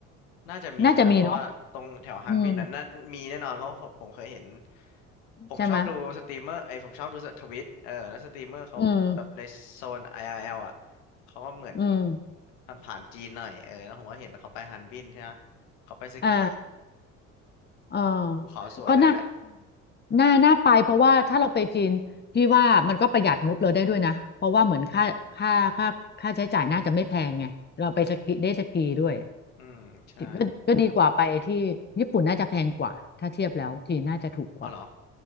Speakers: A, on the left; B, on the left.
A: น่าจะมีนะเพราะว่าตรงแถวฮันบินนั้นน่ามีแน่นอนเพราะผมผมเคยเห็น
B: น่าจะมีเนาะอืม
A: ผมชอบดูสตรีมเมอร์ไอยผมชอบดูทวิตเออแล้วสตรีมเมอร์เขาแบบในโซน
B: ใช่ไหม อืม
A: i อ l อลอ่ะเขาก็เหมือน
B: อืม
A: ผ่านผ่านจีนหน่อยเออแล้วผมก็เห็นเขาไปฮันบินใช่ไหมเขาไปสกี
B: อ่าอ่า
A: ภูเขาสวยเลยแหละ
B: ก็น่าน่าน่าไปเพราะว่าถ้าเราไปจีนพี่ว่ามันก็ประหยัดงบเราได้ด้วยนะเพราะว่าเหมือนค่าค่าค่าค่าใช้จ่ายน่าจะไม่แพงไงเราไปสกีได้สกีด้วย
A: อืมใช่
B: ก็ก็ดีกว่าไปที่ญี่ปุ่นน่าจะแพงกว่าถ้าเทียบแล้วจีนน่าจะถูกกว่า
A: อ๋อเหรอ